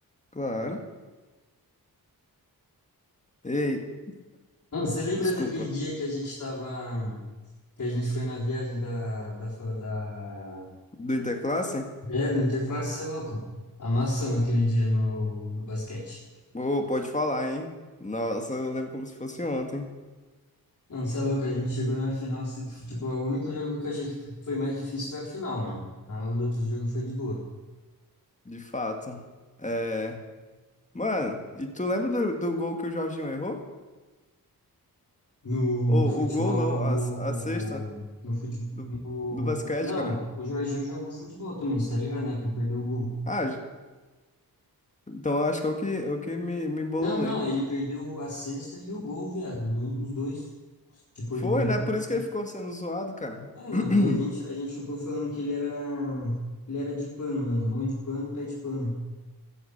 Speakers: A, on the left; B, on the left.
A: Claro. Ei,
B: Não, você lembra
A: desculpa.
B: daquele dia que a gente tava, que a gente foi na viagem da, da, fa- da,
A: Do Interclasse?
B: é, do Interface, você é louco? Amassamos aquele dia no, no basquete.
A: Ô, pode falar, hein? Nossa, eu lembro como se fosse ontem.
B: Não, você é louco, a gente chegou na final, se- tipo, o único jogo que eu achei que foi mais difícil foi a final, mano. Ah, o outro jogo foi de boa.
A: De fato. É. Mano, e tu lembra do, do gol que o Jorginho errou?
B: No
A: Ou
B: futebol,
A: o gol não, a,
B: no,
A: a sexta
B: no futebol,
A: do,
B: no,
A: do basquete,
B: não,
A: caralho.
B: o Jorginho jogou futebol também, você tá ligado, né, que ele perdeu o gol.
A: Ah, j- então eu acho que é o que, é o que me, me embololei.
B: Não, não, ele perdeu a cesta e o gol, viado, do- os dois. Tipo,
A: Foi,
B: ele perdeu,
A: né? Por isso
B: ele,
A: que ele ficou sendo zoado, cara.
B: é, mano,
A: <clears throat>
B: e a gente, a gente ficou falando que ele era, ele era de pano, mano, mão de pano, pé de pano.